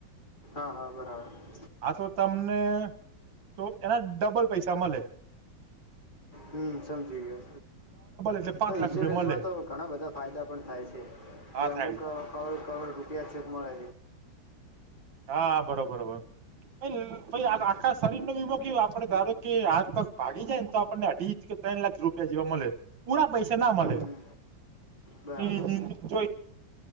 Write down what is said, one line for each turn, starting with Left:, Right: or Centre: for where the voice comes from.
Left: હા હા બરાબર
Right: હા તો તમને તો એના ડબલ પૈસા મલે
Left: હમ સમજી ગયો
Right: એટલે પાંચ
Left: તો ઈન્સ્યોરન્સમાં
Right: લાખ રૂપિયા મળે
Left: તો ઘણા બધા ફાયદા પણ થાય છે.
Right: હા
Left: એ
Right: થાય
Left: અમુક કવળ કવળ રૂપિયા ચેક મળે
Right: હા બરોબરોબર <unintelligible>
Left: હમ
Right: આખા શરીરનો વીમો કેવો આપડે ધારો કે હાથ પગ ભાગી જાય ત આપણને અઢી ત્રણ લાખ રૂપિયા જેવા મલે પૂરા પૈસા ના મલે
Left: હમ હમ. બરાબર
Right: <unintelligible>